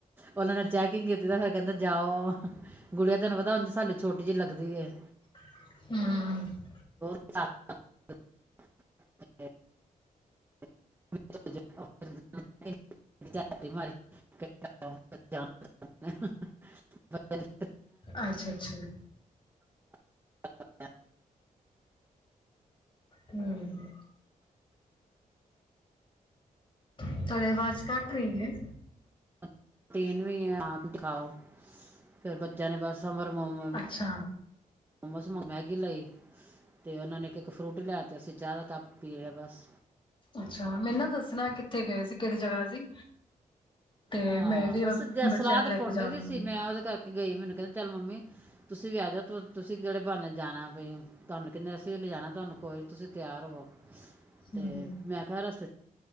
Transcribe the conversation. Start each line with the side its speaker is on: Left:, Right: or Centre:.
Right: ਔਨਾਂ ਨੇ ਚੈਕਿੰਗ ਕੀਤੀ ਤਾਂ ਫੇਰ ਕੈੰੰਦੇ, ਜਾਓ। ਗੁੜੀਆਂ ਤੈਨੂੰ ਪਤਾ ਔੰਜ ਸਾਡੀ ਛੋਟੀ ਜੀ ਲੱਗਦ ਦੀ ਏ।
Left: ਹੁੰ।
Right: <unintelligible> <unintelligible>
Left: ਅੱਛਾ-ਅੱਛਾ।
Right: <unintelligible>
Left: ਹੁੰ। ਤੁਹਾਡੇ ਆਵਾਜ਼ ਕੱਟ ਰਹੀ ਏ।
Right: ਰੂਟੀਨ ਵੀ ਐ ਆਪ ਦਿਖਾਓ, ਫੇਰ ਬੱਚਿਆਂ ਨੇ ਬਸ ਸਮਰ ਮੋਮ
Left: ਅੱਛਾ
Right: ਮੋਮੋਸ ਮੈਂਗ ਗੀ ਲਈ ਤੇ ਔਨਾਂ ਨੇ ਇੱਕ ਇੱਕ ਫਰੂਟੀ ਲੈ ਤੀ ਅਸੀਂ ਚਾ ਦਾ ਕੱਪ ਪੀ ਲਿਆ ਬਸ।
Left: ਅੱਛਾ, ਮੈਨੂੰ ਨਾ ਦੱਸਣਾ ਕਿੱਥੇ ਗਏ ਸੀ ਕੇੜੀ ਜਗ੍ਹਾ ਸੀ ਤੇ
Right: ਹਾਂ,
Left: ਮੈਂ ਵੀ
Right: ਬਸ ਜੇ
Left: ਬੱਚਿਆਂ
Right: ਸਲਾਹ
Left: ਨੂੰ
Right: ਤੇ
Left: ਲੈ ਕੇ
Right: ਪੋਂਟੇ
Left: ਜਾਵਾਂਗੀ
Right: ਦੀ ਸੀ, ਮੈਂ ਔਦੇ ਕਰਕੇ ਗਈ ਮੈਨੂੰ ਕੈੰਦੇ ਚੱਲ ਮੰਮੀ ਤੁਸੀਂ ਵੀ ਆਜੋ, ਤੁਸੀਂ ਕੇੜੇ ਬਾੰਨੇ ਜਾਣੈ ਬਈ ਤੁਵਾਨੂੰ ਕਿੰਨੇ ਅਸੀਂ ਔ ਲੇਜਾਣਾ ਤੁਵਾਨੂੰ ਕੋਈ ਤੁਸੀਂ ਤਿਆਰ ਹੋਵੋ ਤੇ
Left: ਹਮ
Right: ਮੈਂ ਕਿਹਾ ਰਸਤੇ ਚ